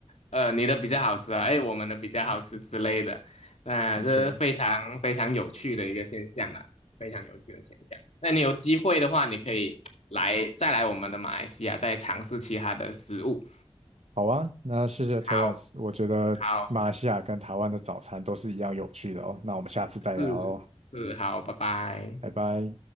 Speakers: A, on the left (about 85°); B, on the right (about 75°).
A: 呃，你的比较好吃啊，哎，我们的比较好吃之类的。那这是非常非常有趣的一个现象啦，
B: 的确，
A: 非常有趣的现象。那你有机会的话，你可以来再来我们的马来西亚，再尝试其他的食物。
B: 好啊，那谢谢 Terence，
A: 好，
B: 我觉得马来西亚跟台湾的早餐都是一样有趣的哦，
A: 好，
B: 那我们下次再聊哦，
A: 是是，好，拜拜。
B: 拜拜。